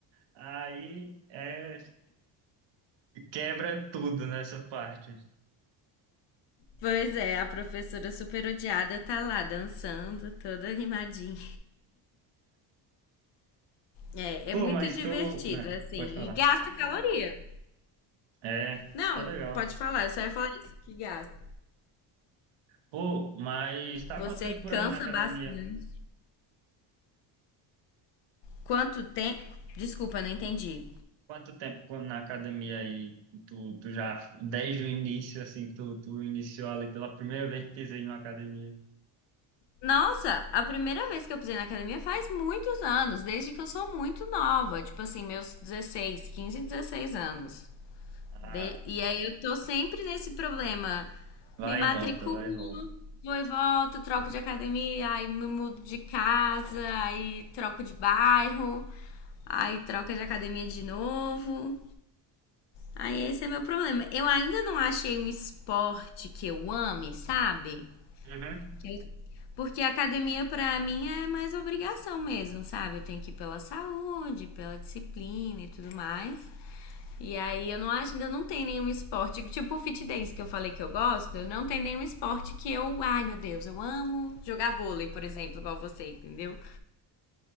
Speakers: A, on the right; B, on the left.
A: Aí é Quebra tudo nessa parte.
B: Pois é, a professora super odiada tá lá dançando, toda animadinha. É,
A: Pô,
B: é muito
A: mas
B: divertido,
A: tu. Né,
B: assim,
A: pode falar.
B: e gasta caloria.
A: É,
B: Não,
A: é legal.
B: pode falar, eu só ia falar isso, que gasta.
A: Pô, mas tá
B: Você
A: quanto tempo por
B: cansa
A: aí na academia?
B: bastante. Quanto tempo? Desculpa, não entendi.
A: Quanto tempo na academia aí? Tu, tu já, desde o início, assim, tu, tu iniciou ali pela primeira vez que pisei na academia.
B: Nossa, a primeira vez que eu pisei na academia faz muitos anos, desde que eu sou muito nova, tipo assim, meus 16, 15, 16 anos.
A: Ah,
B: De- e aí eu tô sempre nesse problema.
A: vai
B: Me matriculo,
A: e volta, vai e volta.
B: vou e volto, troco de academia, aí me mudo de casa, aí troco de bairro, aí troca de academia de novo. Aí esse é meu problema. Eu ainda não achei um esporte que eu ame, sabe?
A: Uhum.
B: Eu- Porque a academia pra mim é mais obrigação mesmo, sabe? Eu tenho que ir pela saúde, pela disciplina e tudo mais. E aí eu não acho, ainda não tem nenhum esporte, tipo o fit dance que eu falei que eu gosto, eu não tem nenhum esporte que eu, ai meu Deus, eu amo jogar vôlei, por exemplo, igual você, entendeu?